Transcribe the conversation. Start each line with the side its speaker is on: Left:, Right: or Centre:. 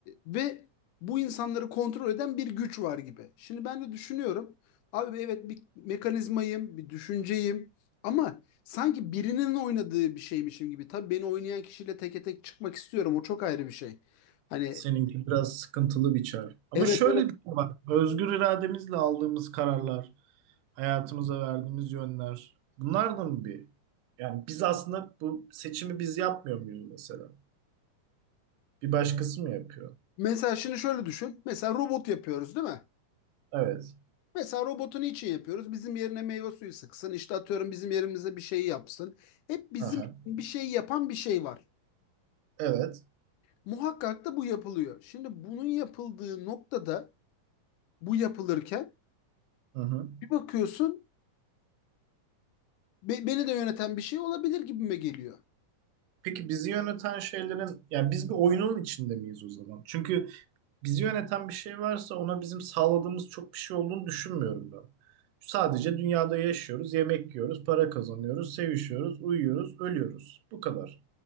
Left: ve bu insanları kontrol eden bir güç var gibi. Şimdi ben de düşünüyorum. Abi evet bir mekanizmayım, bir düşünceyim ama sanki birinin oynadığı bir şeymişim gibi. Tabii beni oynayan kişiyle teke tek çıkmak istiyorum. O çok ayrı bir şey. Hani
Right: Seninki biraz sıkıntılı bir çağ. Ama
Left: evet
Right: şöyle
Left: evet.
Right: bir şey var. Özgür irademizle aldığımız kararlar, hayatımıza verdiğimiz yönler. Bunlar da mı bir? Yani biz aslında bu seçimi biz yapmıyor muyuz mesela? Bir başkası mı yapıyor?
Left: Mesela şimdi şöyle düşün. Mesela robot yapıyoruz değil mi?
Right: Evet.
Left: Mesela robotu niçin yapıyoruz? Bizim yerine meyve suyu sıksın. İşte atıyorum bizim yerimize bir şey yapsın. Hep bizim
Right: Aha.
Left: için bir şey yapan bir şey var.
Right: Evet.
Left: Muhakkak da bu yapılıyor. Şimdi bunun yapıldığı noktada bu yapılırken
Right: Hı hı.
Left: bir bakıyorsun be- beni de yöneten bir şey olabilir gibime geliyor.
Right: Peki bizi yöneten şeylerin, yani biz bir oyunun içinde miyiz o zaman? Çünkü bizi yöneten bir şey varsa ona bizim sağladığımız çok bir şey olduğunu düşünmüyorum ben. Sadece dünyada yaşıyoruz, yemek yiyoruz, para kazanıyoruz, sevişiyoruz, uyuyoruz, ölüyoruz. Bu kadar.